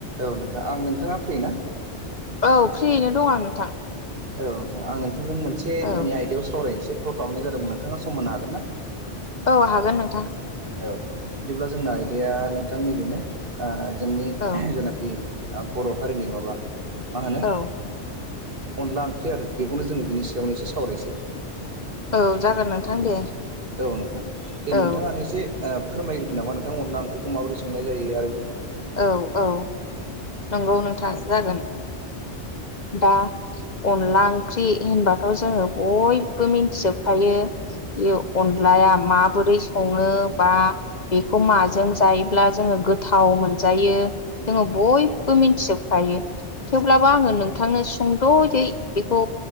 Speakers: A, on the right (about 50°); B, on the left (about 45°).
A: औ नोंथां आं नोंथाङा फ्रि ना
B: औ फ्रियैनो दं आं नोंथां।
A: औ नोंथां आं नोंथांजों मोनसे
B: औ
A: माने आयदायाव सावरायनोसो कल खालामनाय जादोंमोन नोंथाङा समहोनो हागोन ना?
B: औ हागोन नों
A: औ बिदिब्ला जोंना आयदाया-नोंथां नैबेनो ओ जोंनि
B: औ
A: जेनाखि ओ बर' हारिनि माबा मा होनो
B: औ
A: अनला ओंख्रि आरो बेखौनो जोङो बिनि सायावनो एसे सावरायसै
B: औ जागोन नोंथां दे
A: औ नोंथां दे नोंथाङानो
B: औ
A: एसे ओ फोरमायग्रोदो नामा नोंथां अनदला ओंख्रिखौ माबोरै संनाय जायो आरो
B: औ औ नंगौ नोंथां जागोन दा अनला ओंख्रि होनबाथ' जोङो बयबो मिन्थिजोब खायो बे अन्लाया माबोरै सङो बा बेखौ माजों जायोब्ला जोङो गोथाव मोन यो जोङो बयबो मिथिजोबखायो। अब्लाबो आङो नोंथांनो सुंद'यै बेखौ